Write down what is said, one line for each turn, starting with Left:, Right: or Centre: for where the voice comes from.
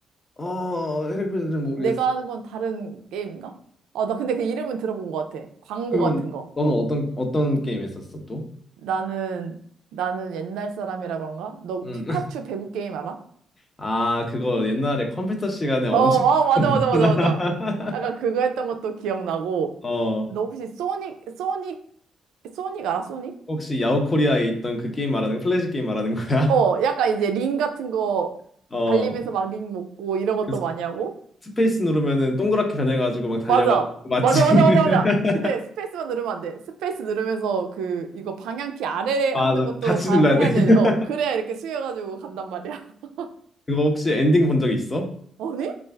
Left: 어 해골은 모르겠어.
Right: 내가 하는 건 다른 게임인가? 아, 나 근데 그 이름은 들어본 것 같아. 광고
Left: 그러면
Right: 같은 거.
Left: 너는 어떤 어떤 게임 했었어 또?
Right: 나는, 나는 옛날 사람이라 그런가? 너
Left: 응.
Right: 피카츄
Left: <laughs>
Right: 배구 게임 알아?
Left: 아 그거 옛날에 컴퓨터 시간에
Right: 어,
Left: 엄청
Right: 와, 맞아,
Left: <laughs>
Right: 맞아, 맞아, 맞아. 아까 그거 했던 것도 기억나고.
Left: 어그
Right: 너 혹시 소닉, 소닉, 소닉 알아? 소닉?
Left: 혹시 야후 코리아에 있던 그 게임 말하는 거 플래시 게임 말하는 거야?
Right: 어, 약간 이제 링 같은 거
Left: <laughs> 어
Right: 달리면서 막 링 먹고 이런 것도
Left: 그
Right: 많이 하고.
Left: 스- 페이스 누르면은 동그랗게 변해가지고 막 달려가고
Right: 맞아.
Left: 맞지?
Right: 맞아, 맞아,
Left: <laughs>
Right: 맞아, 맞아. 근데 스페이스만 누르면 안 돼. 스페이스 누르면서 그, 이거 방향키 아래 하는
Left: 맞아
Right: 것도
Left: 같이
Right: 가,
Left: 눌러야
Right: 해야
Left: 돼 <laughs>
Right: 돼. 어, 그래야 이렇게 숙여가지고 간단 말이야. <laughs>
Left: 그거 혹시 엔딩 본 적 있어?
Right: 아니?